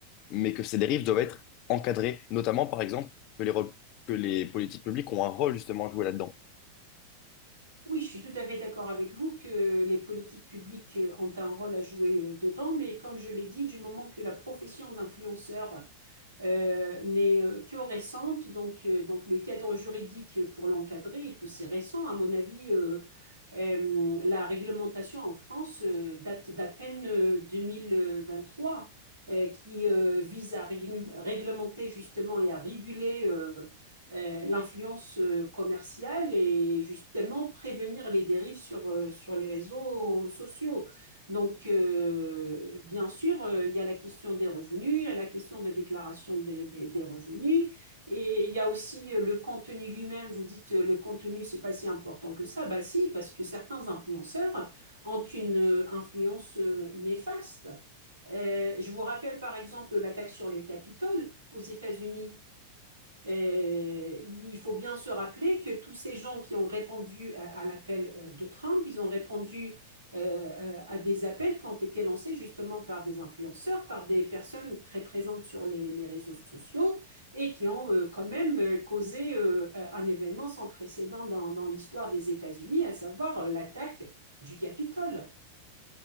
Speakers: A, on the left; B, on the right.
A: mais que ces dérives doivent être encadrées, notamment par exemple que les, re- que les politiques publiques ont un rôle justement à jouer là-dedans?
B: Oui, je suis tout à fait d'accord avec vous que les politiques publiques euh, ont un rôle à jouer euh, dedans, mais comme je l'ai dit, du moment que la profession d'influenceur euh, euh, n'est euh, que récente, donc, euh, donc le cadre juridique pour l'encadrer est aussi récent. À mon avis, euh, euh, la réglementation en France euh, date d'à peine euh, 2023, euh, qui euh, vise à réglu- réglementer justement et à réguler euh, euh, l'influence euh, commerciale et justement prévenir les dérives sur, euh, sur les réseaux sociaux. Donc, euh, bien sûr, euh, il y a la question des revenus, il y a la question de déclaration des, des- des revenus, et il y a aussi euh, le contenu lui-même. Vous dites, euh, le contenu, c'est pas si important que ça. Bah si, parce que certains influenceurs ont une euh, influence euh, néfaste. Euh, je vous rappelle par exemple l'attaque sur le Capitole aux États-Unis. Euh, il faut bien se rappeler que tous ces gens qui ont répondu à, à l'appel euh, de Trump, ils ont répondu euh, euh, à des appels qui ont été lancés justement par des influenceurs, par des personnes très présentes sur les, les réseaux sociaux et qui ont euh, quand même euh, causé euh, un événement sans précédent dans, dans l'histoire des États-Unis, à savoir euh, l'attaque du Capitole.